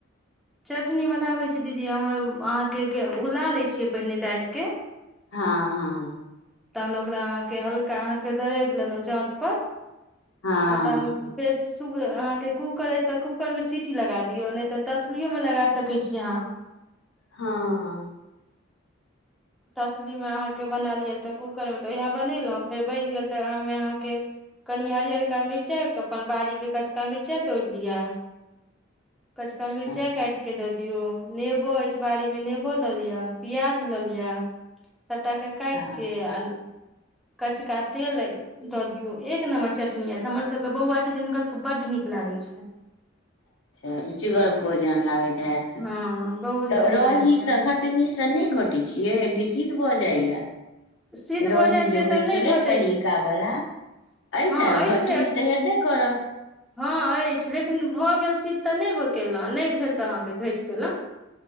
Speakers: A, in the centre; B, on the left.
A: चटनी बनाबैत छी दीदी हम अहाँके उला लैत छियै पहिने दालिके
B: हँ हँ
A: तहन ओकरा अहाँकेँ हल्का अहाँकेँ दरैड़ि लेल‌उहुँ जाँत पर
B: हँ
A: आ तहन। फ अहाँकेँ कूकर अछि, तऽ कूकर मे सीटी लगा दियौ नहि तऽ तसलियोमे लगा सकै छी अहाँ।
B: हँ।
A: तसलीमे अहाँकेँ बनालिय तऽ कूकरमे तऽ उएह बनेलहुँ फेर बनि गेल तऽ ओहिमे अहाँकेँ। कनि हरियरका मिर्चाइ अपन बाड़ीके कचका मिर्चाइ तोड़ि लिअ। कचका मिर्चाइ
B: हँ
A: काटिकऽ। के द दियो नेबो अछि, बाड़ीमे नेबो लऽ लिय प्याज लऽ लिय। सभटाके काटिके
B: अच्छा
A: आ कचका तेल औ। दऽ दियौ एक नम्बर चटनी आत हमरस भके बौआ छथिन, हुनकास भके बड्ड निक लागैत छै।
B: <inaudible> अच्छा रुचिगर भोजन लागैत होयत
A: हँ बहुत
B: तऽ
A: नीक
B: रहीसँ
A: लागै छै
B: घट। कतनीसँ नहि घटैत छियै, कि सिद्ध भऽ जाइया।
A: सिद्ध भऽ
B: रही
A: जाइ
B: जे
A: छै
B: होइ
A: तऽ नहि
B: छलै
A: घटै
B: पहिल
A: छै
B: कऽ वला। आइ
A: हँ
B: ने
A: अछि
B: घटनी तऽ हेबे करत
A: हँ, अछि। लेकिन भऽ गेल सिद्ध तऽ नहि ब केलहुँ नहि भेल तऽ अहाँकेँ घटि देलहुँ।